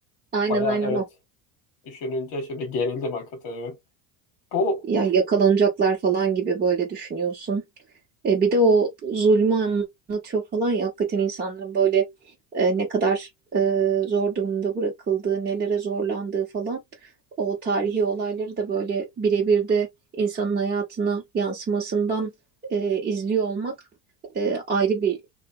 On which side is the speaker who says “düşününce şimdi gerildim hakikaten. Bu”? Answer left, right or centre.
Left